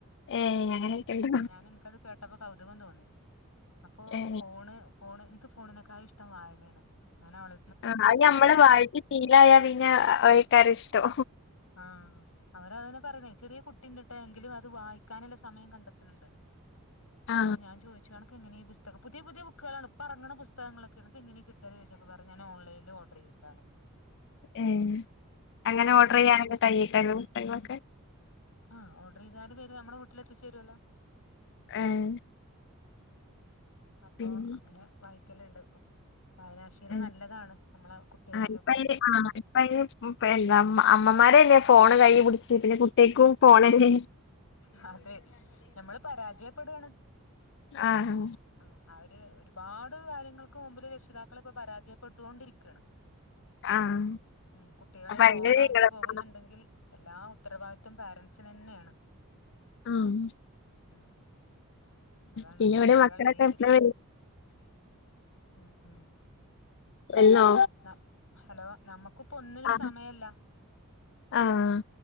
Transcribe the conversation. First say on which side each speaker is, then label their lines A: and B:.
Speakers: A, on the left; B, on the left.
A: ഏ
B: ആഹ്
A: അങ്ങനെയൊക്കെ
B: ആഹ്
A: ഉണ്ടോ
B: കുട്ടി ഞാൻ എനക്ക്ത് കേട്ടപ്പൊ കൗതുകം തോന്നി അപ്പോ
A: ഏ
B: ഫോണ് ഫോണ് ഇൻക്ക് ഫോണിനെ കായു ഇഷ്ടം വായനയാണ്. ഞാൻ അവള
A: ആഹ് അത് നമ്മള് വായിച്ച് ശീലായാ പിന്നെ വഴക്കാര ഇഷ്ടോ
B: ആഹ് അവരതെന്നെ പറയണേ ചെറിയ കുട്ടിണ്ട്ട്ടോ എങ്കിലും അത് വായിക്കാനുള്ള സമയം കണ്ടെത്തുണ്ണ്ട്
A: ആ
B: അപ്പൊ ഞാൻ ചോദിച്ചു അണക്ക് എങ്ങനെ ഈ പുസ്തം പുതിയ പുതിയ ബുക്കുകളാണ് ഇപ്പം ഇറങ്ങുന്ന പുസ്തകങ്ങളൊക്കേണ് ഇത് എങ്ങനെ കിട്ടല് ചോയ്ചപ്പൊ ച്ച്പ്പോ പറഞ്ഞുഞ നോൺലൈനില് ഓർഡർയ്യതാണ്
A: ഏ.. അങ്ങനെ ഓർഡർ ചെയ്യാനൊക്കെ കയ്യി ത ര്വോ പുസ്തകങ്ങളൊക്കെ
B: ആഹ് ഓർഡർ ചെയ്താല് വരു നമ്മുടെ വീട്ടില് എത്തിച്ച് തരുവല്ലോ
A: ഏഹ്
B: അപ്പൊ
A: പിന്നെ
B: അങ്ങനെ വായിക്കല്ണ്ട്. വായനാശ ഇല
A: ഉം
B: നല്ലതാണ് നമ്മളെ കുട്ടികളിലൊക്കെ
A: ആ ഇപ്പ അയിന് ആ ഇപ്പ അയിന് പ് എന്താ അമ്മമാരന്നെ ഫോണ് കയ്യി പിടിച്ച് പിന്നെ കുട്ട്യേക്കും ഫോണെന്നെ
B: ഹതെ. ഹ് ഞമ്മള് പരാജയപ്പെടുകാണ്
A: ആഹ്
B: ഉം അവര് ഒരുപാട് കാര്യങ്ങൾക്ക് മുമ്പില് രക്ഷിതാക്കളിപ്പൊ പരാജയപ്പെട്ടോണ്ടിരിക്കയാണ്
A: ആഹ്
B: മ്മ് കുട്ടികള്
A: അപ്പൊ അയിന്റെ
B: റോങ്ങായിട്ട്
A: ഒരു ഇളക്കാണ്
B: പോകുന്നുണ്ടെങ്കിൽ എല്ലാ ഉത്തരവാദിത്വം പാരൻറ്സിന് ന്നെയാണ്
A: ഊമ്
B: ഉം അതാണ്
A: പിന്നെ ഇവിടെ
B: കുട്ട്യാളെ
A: മക്കളൊക്കെ
B: ഏതിരി
A: എപ്പളാ
B: മ്മ് മ്മ്
A: എന്നോ
B: ന ഹലോ നമ്മുക്ക്പ്പ ഒന്നിനും
A: ആഹ്
B: സമയല്ല
A: ആഹ്